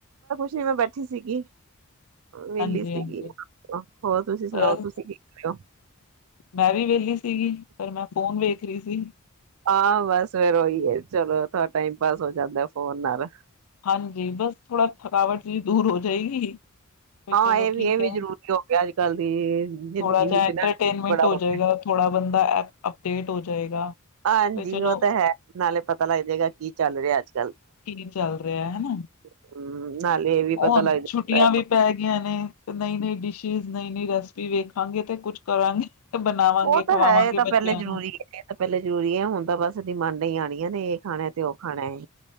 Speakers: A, on the right; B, on the left.
A: ਜੀ ਮੈਂ ਬੈਠੀ ਸੀਗੀ। ਵੇਲੀ
B: ਹਾਂਜੀ
A: ਸੀਗੀ।
B: ਹਾਂਜੀ
A: ਅ ਹੋਰ, ਤੁਸੀਂ ਸੁਣਾਓ
B: ਬਸ
A: ਤੁਸੀਂ ਕੀ ਕਰ ਔ
B: ਮੈਂ ਵੀ ਵਿਹਲੀ ਸੀਗੀ ਪਰ ਮੈਂ ਫੋਨ ਵੇਖ ਰਹੀ ਸੀ
A: ਹਾਂ ਬਸ ਫਿਰ ਉਹੀ ਹੈ ਚਲੋ ਥੋੜਾਟਾਈਮ ਪਾਸ ਹੋ ਜਾਂਦਾ ਫੋਨ ਨਾਲ
B: ਹਾਂਜੀ ਬਸ ਥੋੜਾ ਥਕਾਵਟ ਵੀ ਦੂਰ ਹੋ ਜਾਏਗੀ
A: ਹਾਂ
B: ਚਲੋ
A: ਇਹ ਵੀ
B: ਠੀਕ
A: ਇਹ ਵੀ
B: ਹੈ
A: ਜ਼ਰੂਰੀ ਹੋ ਗਿਆ, ਅੱਜ ਕੱਲ ਦੀ ਜ਼ਿੰਦਗੀ
B: ਥੋੜਾ ਜਿਹਾ
A: ਵਿੱਚ
B: ਐੰਟਰਟੇਨਮੈਂਟ
A: ਨਾ ਬੜਾ
B: ਹੋ
A: ਗਿਆ।
B: ਜਾਏਗਾ ਥੋੜਾ ਬੰਦਾ ਲੇਟ ਹੋ ਜਾਏਗਾ
A: ਹਾਂਜੀ
B: ਵੀ ਚਲੋ
A: ਉਹ ਤਾਂ ਹੈ ਨਾਲੇ ਪਤਾ ਲੱਗ ਜਾਏਗਾ ਕੀ ਚੱਲ ਰਿਹਾ ਅੱਜ ਕੱਲ
B: ਕੀ ਚੱਲ ਰਿਹਾ ਹਨਾ
A: ਹੂੰ, ਨਾਲੇ ਇਹ ਵੀ
B: ਹਣ
A: ਪਤਾ ਲੱਗ ਜਾਂਦਾ
B: ਛੁੱਟੀਆਂ ਵੀ ਪੈ ਗਈਆਂ ਨੇ ਤੇ ਨਈ ਨਈ ਡਿਸ਼ਿਿਸ ਨਈ ਨੀ ਰੈਸਪੀ ਵੇਖਾਂਗੇ ਤੇ ਕੁੱਝ ਕਰਾਂਗੇ ਤੇ ਬਣਾਵਾਂਗੇ
A: ਉਹ ਤਾਂ
B: ਖਵਾਵਾਂਗੇ
A: ਹੈ ਇਹ ਤਾਂ
B: ਬੱਚਿਆਂ
A: ਪਹਿਲੇ ਜਰੂਰੀ
B: ਨੂੰ
A: ਹੈ ਇਹ ਤਾਂ ਪਹਿਲੇ ਜਰੂਰੀ ਹੈ ਹੁਣ ਤਾਂ ਬਸ ਡਿਮਾਂਡਾਂ ਹੀ ਆਣੀਆਂ ਨੇ ਇਹ ਖਾਣਾ ਤੇ ਉਹ ਖਾਣਾ ਹੈ